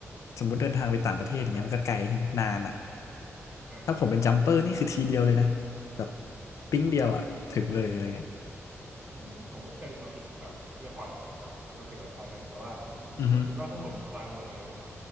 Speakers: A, on the left (about 85°); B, on the right (about 30°).
A: สมมุติเดินทางไปต่างประเทศอย่างเงี้ยมันก็ไกลใช่ไหมนานอ่ะ
B: อ่าใช่ใช่
A: ถ้าผมเป็นจัมเปอร์นี่คือทีเดียวเลยนะแบบปิ๊งเดียวอ่ะถึงเลยอะไรเงี้ย
B: กลุ่มนี้ผมก็เคยมีความคิดแบบเรื่องพอร์ตแบบต้องเสกไปคล้ายกันแต่ว่า
A: อือฮึ
B: ผมคิดว่าถ้าผมมีพลังแบบในนั้นอ่ะ